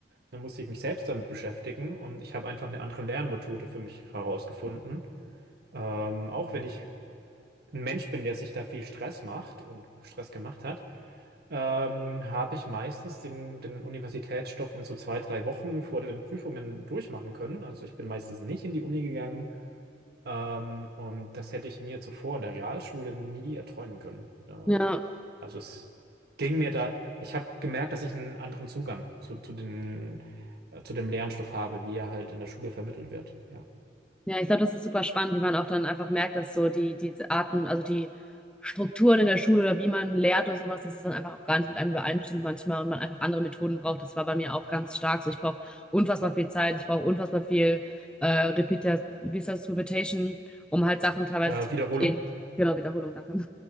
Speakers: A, on the right; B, in the centre.
A: Dann musste ich mich selbst damit beschäftigen und ich habe einfach eine andere Lernmethode für mich herausgefunden. Ähm, auch wenn ich ein Mensch bin, der sich da viel Stress macht und Stress gemacht hat, ähm, habe ich meistens den, den Universitätsstoff in so zwei, drei Wochen vor den Prüfungen durchmachen können. Also ich bin meistens nicht in die Uni gegangen, ähm, und das hätte ich mir zuvor in der Realschule nie erträumen können. Äh,
B: Ja,
A: also es ging mir da, ich habe gemerkt, dass ich einen anderen Zugang zu, zu den, äh, zu dem Lernstoff habe, wie er halt in der Schule vermittelt wird. Ja.
B: Ja, ich glaube, das ist super spannend, wie man auch dann einfach merkt, dass so die, die Arten, also die Strukturen in der Schule oder wie man lehrt oder sowas, dass es dann einfach auch gar nicht mit einem übereinstimmt manchmal und man einfach andere Methoden braucht. Das war bei mir auch ganz stark so. Ich brauche unfassbar viel Zeit, ich brauche unfassbar viel äh, Repeat, wie ist das, Repetition, um halt Sachen teilweise
A: Äh,
B: zu verstehen.
A: Wiederholung.
B: Genau, Wiederholung, danke.